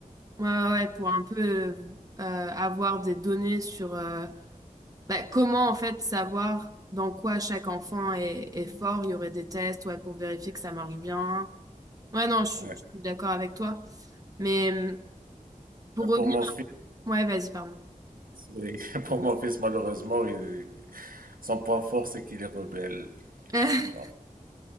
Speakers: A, on the right (about 25°); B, on the right (about 90°).
A: ouais, ouais, ouais, pour un peu euh, euh, avoir des données sur euh, bah, comment en fait savoir dans quoi chaque enfant est, est fort. Il y aurait des tests, ouais, pour vérifier que ça marche bien. Ouais, non, je, suis
B: Ouais.
A: je suis d'accord avec toi. Mais hum, pour
B: Et
A: revenir,
B: Pour mon fils,
A: ouais, vas-y, pardon.
B: oui. <laughs> Pour mon fils, malheureusement, il- son point fort, c'est qu'il est rebelle.
A: <laughs>
B: Donc,